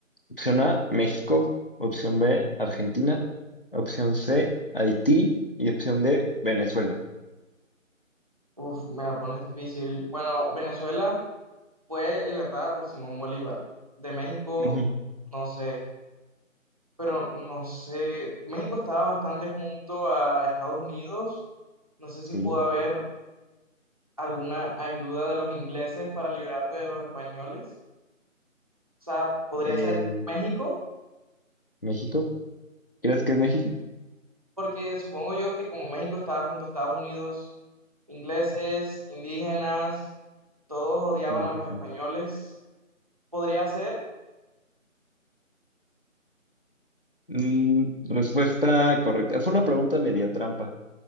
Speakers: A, on the left; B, on the right.
A: Opción A, México. Opción B, Argentina. Opción C, Haití. Y opción D, Venezuela.
B: Uf, me la pones difícil. Bueno, Venezuela fue libertada por Simón Bolívar. De México,
A: Ujú.
B: no sé, pero no sé, México estaba bastante junto a Estados Unidos, no sé si
A: Sí.
B: pudo haber alguna ayuda de los ingleses para liberarte de los españoles. O sea, podría
A: eh,
B: ser México,
A: ¿México? ¿Crees que es México?
B: porque supongo yo que como México estaba junto a Estados Unidos, ingleses, indígenas, todos odiaban
A: Sí,
B: a los
A: sí,
B: españoles.
A: sí.
B: Podría ser,
A: Mm, respuesta correcta. Fue una pregunta media trampa.